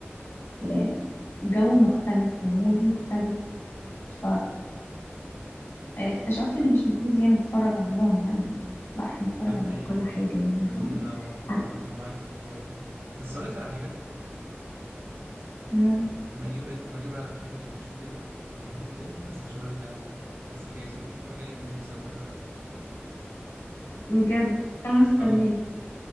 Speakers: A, on the left; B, on the right.
A: آه، جو مختلف ومود مختلف ف آه، اكتشفت ان مش مفروض يعني نتفرج على نوع معين لا احنا نتفرج
B: ده حقيقي
A: على كل
B: لازم
A: حاجة يعني
B: لازم
A: هن...
B: ننوع فعلا
A: هن...
B: انا معاكي في الحوار ده بس اقول لك على حاجة
A: مم،
B: بما انك بدأت تتفرجي بقى على افلام انجلش وكده انا في فيلم بس مش هقول لك عليه بس هجهزهولك نتفرج عليه بالليل سوا ايه رأيك
A: بجد انا مستنياك
B: اه